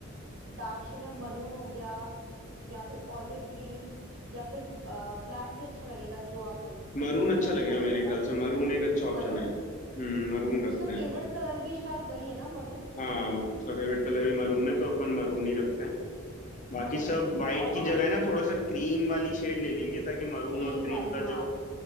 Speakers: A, on the right; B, on the left.
A: डार्क शेड में मरून हो गया या फिर ऑलिव ग्रीन या फिर ब्लैक भी अच्छा लगेगा जो आप बोलो
B: मरून अच्छा
A: क्या सही
B: लगेगा मेरे
A: है बताओ
B: ख्याल से मरून एक अच्छा ऑप्शन
A: मरून
B: है हम्म मरून रखते
A: उसका
B: हैं
A: फेवरेट कलर भी शायद वही है ना मरून।
B: हाँ उसका फेवरेट कलर भी मरून है तो अपन मरून ही रखते हैं बाकी
A: मरून
B: सब वाइट
A: और ना
B: की जगह है ना थोड़ा सा क्रीम वाली शेड ले लेंगे ताकि मरून
A: क्रीम
B: और क्रीम
A: वाली
B: का
A: हाँ
B: जो